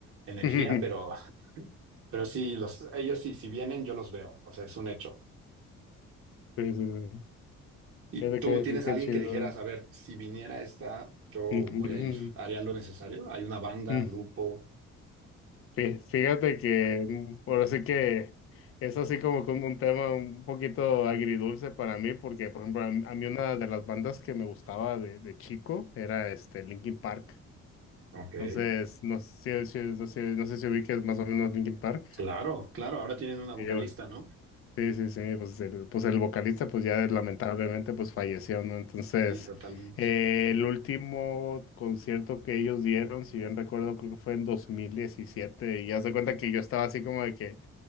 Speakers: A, on the right; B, on the left.
A: energía,
B: <laughs>
A: pero, pero sí, los, ellos sí, si vienen, yo los veo, o sea, es un hecho.
B: Sí, sí, sí.
A: ¿Y
B: Fíjate
A: tú
B: qué,
A: tienes
B: qué
A: a alguien
B: chido.
A: que dijeras, a ver, si viniera esta, yo
B: Ujú,
A: voy a ir, haría lo necesario? ¿Hay una banda,
B: ujú,
A: grupo?
B: Fí- Fíjate que mm, ahora sí que es así como que un, un tema un poquito agridulce para mí, porque por ejemplo a, mí a mí una de las bandas que me gustaba de, de chico era este Linkin Park.
A: Ok.
B: Entonces, no sé, si- no sé, no sé si ubiques más o menos Linkin Park.
A: Claro, claro, ahora tienen una vocalista,
B: Y yo,
A: ¿no?
B: Sí, sí, sí, pues el, pues el vocalista pues ya lamentablemente pues falleció, ¿no? Entonces,
A: Sí, totalmente.
B: eh, el último concierto que ellos dieron, si bien recuerdo, creo que fue en 2017 y ya se cuenta que yo estaba así como de que